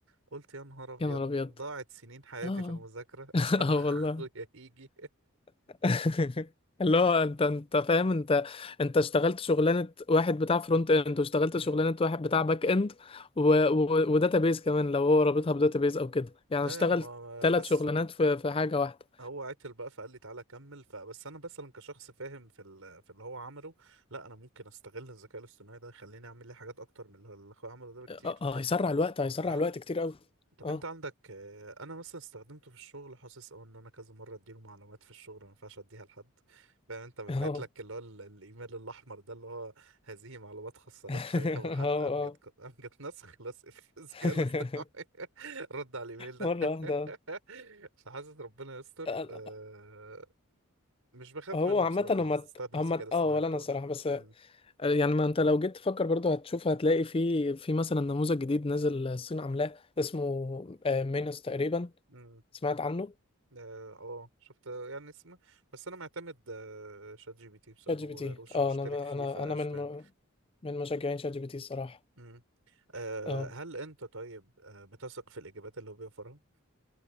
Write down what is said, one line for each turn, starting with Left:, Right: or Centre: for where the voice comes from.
Right: وقلت يا نهار ابيض
Left: يا نهار ابيض
Right: ضاعت سنين حياتي
Left: اه
Right: في المذاكرة <laughs>
Left: <laughs>
Right: عشان اخويا
Left: اه والله
Right: يجي
Left: <laughs> اللي هو انت انت فاهم انت انت اشتغلت شغلانه واحد بتاع فرونت اند واشتغلت
Right: امم
Left: شغلانه واحد بتاع باك اند و... و... وداتابيز كمان لو هو رابطها
Right: امم
Left: بداتابيز او كده يعني
Right: ده
Left: اشتغل
Right: يعني ما ما
Left: ثلاث
Right: حاسس
Left: شغلانات في في حاجه واحده
Right: هو عتل بقى فقال لي تعالى كمل فبس انا مثلا كشخص فاهم في ال- في اللي هو عمله لا انا ممكن استغل الذكاء الاصطناعي ده يخليني اعمل لي حاجات اكتر من اللي هو- اللي اخويا عمله ده بكتير
Left: اه آه، هيسرع الوقت هيسرع
Right: اه
Left: الوقت كتير قوي
Right: طب
Left: اه
Right: انت عندك آه، انا مثلا استخدمته في الشغل حاسس او ان انا كذا مره اديله معلومات في الشغل ما ينفعش اديها لحد فاهم انت ببعت
Left: اه
Right: لك اللي هو ال- الايميل الاحمر ده اللي هو هذه معلومات خاصه
Left: <laughs>
Right: لا تشاركها مع
Left: اه
Right: حد امجد
Left: اه
Right: ك- امجد نسخ <laughs> لصق في الذكاء
Left: <laughs>
Right: الاصطناعي <laughs> رد على الايميل ده
Left: مرة واحدة
Right: <laughs> فحاسس ربنا يستر
Left: آه، آه،
Right: آه، مش بخاف
Left: هو
Right: منه
Left: عامة
Right: بصراحه
Left: هما
Right: بس
Left: ت-
Right: استخدم
Left: هما
Right: الذكاء
Left: ت-
Right: الاصطناعي
Left: اه ولا
Right: بتقل
Left: انا الصراحة بس آه،
Right: امم
Left: يعني ما انت لو جيت تفكر برضو هتشوف هتلاقي في في مثلا نموذج جديد نزل الصين عاملاه اسمه آه، مينوس تقريبا
Right: امم
Left: سمعت عنه
Right: اه آه، شفت يعني اسم بس انا معتمد آه، شات جي بي تي بصراحه
Left: شات جي
Right: ما
Left: بي
Right: بغيروش
Left: تي اه
Right: ومشترك
Left: انا
Right: فيه
Left: انا
Right: فقشطه
Left: انا من
Right: يعني
Left: م- من مشجعين شات جي بي تي الصراحة
Right: مم. آه،
Left: اه
Right: هل انت طيب آه، بتثق في الاجابات اللي هو بيوفرها